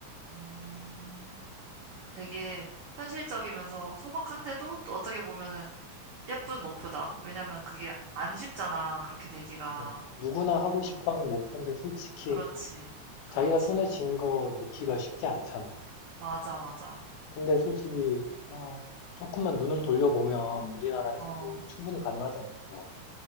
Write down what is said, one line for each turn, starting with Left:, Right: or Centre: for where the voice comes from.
Right: 음, 되게 현실적이면서 소박한데도 또 어떻게 보면은 예쁜 목표다. 왜냐면 그게 안 쉽잖아. 그렇게 되기가.
Left: 그치. 누구나 하고
Right: 어,
Left: 싶어 하는 목표인데 솔직히
Right: 그렇지. 그렇지.
Left: 자기가 손에 쥔거 놓기가 쉽지 않잖아.
Right: 맞아, 맞아.
Left: 근데 솔직히, 어, 조금만 눈을 돌려보면 우리나라에서도
Right: 어,
Left: 충분히 가능하잖아, 그거.